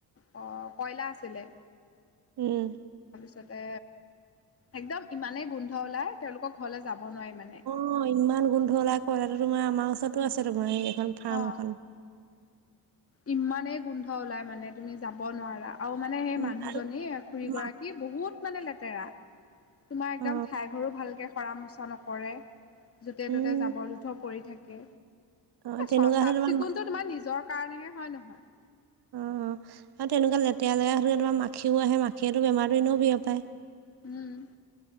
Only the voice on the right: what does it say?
উম
অহ ইমান গোন্ধ উলা কয়লাতো তোমাৰ আমাৰ ওচৰতো আছে তোমাৰ এই এখন ফাৰ্ম
এখন
উম,
আৰু
মা
অ
উম
অ
তেনেকুৱা হ'লে তোমাৰ
মা
অহ আৰু তেনেকুৱা লেতেৰা জেগৰা হ তোমাৰ মাখিও আহে মাখিয়ো বেমাৰতো এনেও বিয়পাই পায়